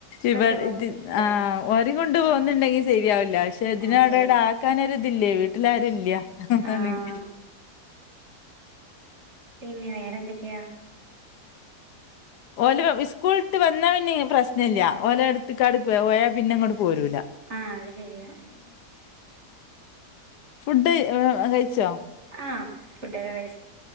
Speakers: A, on the left; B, on the right.
A: ഇവട
B: ചോ
A: ഇത്
B: കുത്തക
A: ആഹ് ഓരിം കൊണ്ട് പോന്ന്ണ്ടെങ്കി ശരിയാവില്ല പക്ഷെ ഇതിനവടവടെ
B: ആഹ് ശരിയല്ലേ
A: ആക്കാനൊരു ഇതില്ലേ വീട്ട്ലാരു ഇല്ല അതാണയ്
B: ആഹ് പിന്നെ വേറെന്തൊക്കയാ
A: ഓല് ഇസ്കൂള്ട്ട് വന്നാ പിന്നെ പ്രശ്നല്ല്യ ഓല എടുത്ത്കാട് പോയാപിന്നങ്ങട്ട് പോരൂല്ല
B: ആഹ് അത് ശരിയാ
A: ഫുഡ് കഴിച്ചോ
B: ആഹ് ഫുഡൊക്ക കഴി